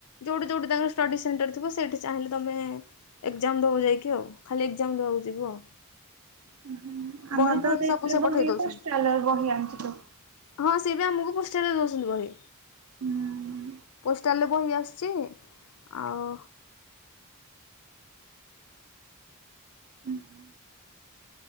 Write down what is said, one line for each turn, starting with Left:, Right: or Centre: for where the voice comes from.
Left: ଯୋଉଠି ଯୋଉଠି ତାଙ୍କର ଷ୍ଟଡି ସେଣ୍ଟର ଥିବ ସେଇଠି ଚାହିଁଲେ ତମେ ଏଗ୍ଜାମ ଦବୁ ଯାଇକି ଆଉ, ଖାଲି ଏଗ୍ଜାମ ଦେବାକୁ ଯିବୁ ଆଉ।
Right: ହଁ, ଆମର
Left: ବହି
Right: ତ
Left: ଫହି
Right: ଦେଇଥିଲେ
Left: ସବୁ ସେ ପଠେଇ
Right: ବହି
Left: ଦଉଛନ୍ତି।
Right: ପୋଷ୍ଟାଲରେ ବହି ଆଣିଛି ତ।
Left: ହଁ ସିଏ ବି ଆମକୁ ପୋଷ୍ଟାଲରେ ଦଉଛନ୍ତି ବହି।
Right: ହୁଁ
Left: ପୋଷ୍ଟାଲରେ ବହି ଆସୁଛି ଆଉ
Right: ହୁ ହୁ।